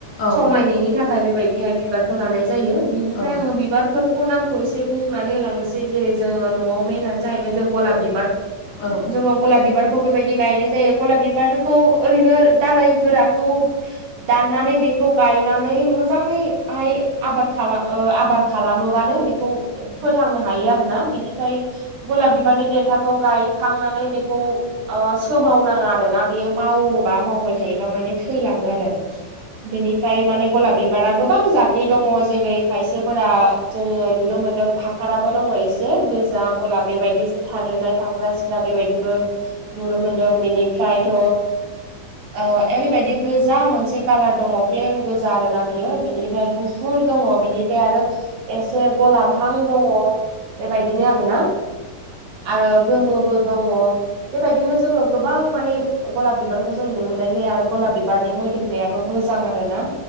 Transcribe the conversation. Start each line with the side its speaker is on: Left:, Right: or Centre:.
Left: औ
Right: समायनायनि थाखाय बेबायदिहाय बिबारखौ लानाय जायो बेनिफ्राय
Left: औ
Right: आङो बिबार फोरखौ नामखौ एसे बुंनानै होलांनोसै जेरै जोङो न'आव मेनानो जाहैबाय जों गलाब बिबार
Left: औ
Right: जोङो गलाब बिबारखौ बेबायदि गायनाय जायो गलाब बिबारखौ ओरैनो दालाय गोराखौ दाननानै बेखौ गायनानै मोजाङैहाय आबाद खाला ओ आबाद खालामोबानो बेखौ फोथांनो हायो आरोना बिनिफ्राय गलाब बिबारनि देन्थाखौ गायखांनानै बेखौ ओ सोमावनाङा आरो ना बियो मावोबा मावबाय थायोबा माने थैलाङो आरो बेनि फ्राय माने गलाब बिबारा गोबां जादनि दङ जेरै खायसेफोरा जोङो नुनो मोनदों फा ख्राराबो दङ एसे गोजा गलाब बेबायदि एसे थादेरनाय फाग्रा सिख्रा बेबायदिबो नुनो मोनदों बेनिफ्रायथ' ओ ओरैबायदि गोजा मोनसे कालार दङ प्लेन गोजा आर ना बियो बेनिफ्राय गुफुर दङ बिनिफ्राय आरो एसे गलाबहां दङ बेबायदिनो आरोना आरो गोमोबो दङ बेबायदिनो जोङो गोबां माने गलाब बिबारखौ जों नुनो मोननाय जायो आरो गलाब बिबारनि मोदोमनायाबो मोजां आरो ना